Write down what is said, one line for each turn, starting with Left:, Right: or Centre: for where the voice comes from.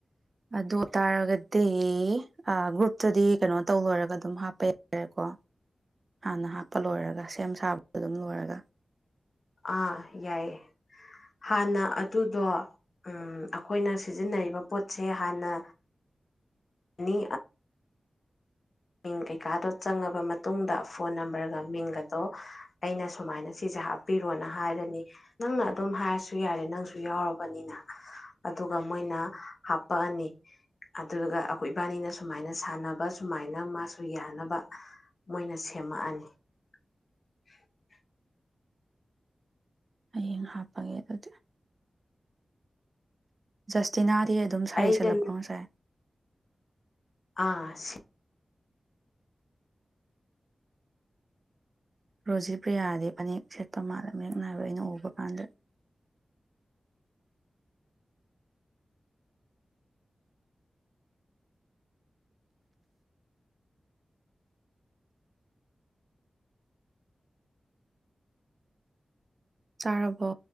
Right: ꯑꯗꯨ ꯇꯥꯔꯒꯗꯤ ꯑ ꯒ꯭ꯔꯨꯞꯇꯗꯤ ꯀꯩꯅꯣ ꯇꯧ ꯂꯣꯏꯔꯒ ꯑꯗꯨꯝ ꯍꯥꯞꯄ ꯌꯥꯔꯦꯀꯣ ꯍꯥꯟꯅ ꯍꯥꯞꯄ ꯂꯣꯏꯔꯒ ꯁꯦꯝ ꯁꯥꯕꯗ‌ꯣ ꯑꯗꯨꯝ ꯂꯣꯏꯔꯒ
Left: ꯑꯥ ꯌꯥꯏꯌꯦ ꯍꯥꯟꯅ ꯑꯗꯨꯗꯣ ꯎꯝ ꯑꯩꯈꯣꯏꯅ ꯁꯤꯖꯤꯟꯅꯔꯤꯕ ꯄꯣꯠꯁꯦ ꯍꯥꯟꯅ ꯃꯤ ꯃꯤꯡ ꯀꯩꯀꯥꯗꯣ ꯆꯪꯉꯕ ꯃꯇꯨꯡꯗ ꯐꯣꯟ ꯅꯝꯕꯔꯒ ꯃꯤꯡꯒꯗꯣ ꯑꯩꯅ ꯁꯨꯃꯥꯏꯅ ꯁꯤꯁꯦ ꯍꯥꯞꯄꯤꯔꯣꯅ ꯍꯥꯏꯔꯅꯤ ꯅꯪꯅ ꯑꯗꯨꯝ ꯍꯥꯏꯔꯁꯨ ꯌꯥꯔꯦ ꯅꯪꯁꯨ ꯌꯥꯎꯔꯕꯅꯤꯅ ꯑꯗꯨꯒ ꯃꯣꯏꯅ ꯍꯄꯥ ꯑꯅꯤ ꯑꯗꯨꯗꯨꯒ ꯑꯩꯈꯣꯏ ꯏꯕꯥꯅꯤꯅ ꯁꯨꯃꯥꯏꯅ ꯁꯥꯟꯅꯕ ꯁꯨꯃꯥꯏꯅ ꯍꯥꯏꯅ ꯃꯥꯁꯨ ꯌꯥꯅꯕ ꯃꯣꯏꯅ ꯁꯦꯝꯃꯛꯑꯅꯤ <inaudible>
Right: ꯍꯌꯦꯡ ꯍꯥꯞꯄꯒꯦ ꯑꯗꯨꯗꯤ ꯖꯁꯇꯤꯅꯥꯗꯤ ꯑꯗꯨꯝ ꯁꯥꯔꯤ
Left: ꯑꯩꯒ
Right: ꯁ‌ꯦꯠꯂꯛꯄ꯭ꯔꯣ ꯉꯁꯥꯏ
Left: ꯑꯥ ꯁ‌‌ꯦ
Right: ꯔꯣꯖꯤ ꯄ꯭ꯔꯤꯌꯥꯗꯤ ꯐꯅꯦꯛ ꯁꯦꯠꯄ ꯃꯥꯜꯂ ꯃꯌꯦꯛ ꯅꯥꯏꯕ ꯑꯩꯅ ꯎꯕ ꯀꯥꯟꯗ ꯆꯥꯔꯕꯣ